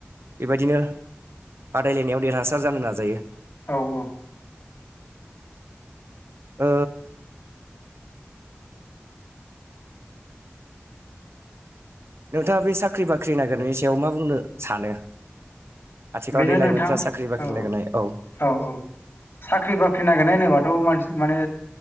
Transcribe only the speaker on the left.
औ औ।
बेनो
नोंथां
औ
औ औ साख्रि बाख्रि नागिरनाय होनोबाथ'मानसि माने।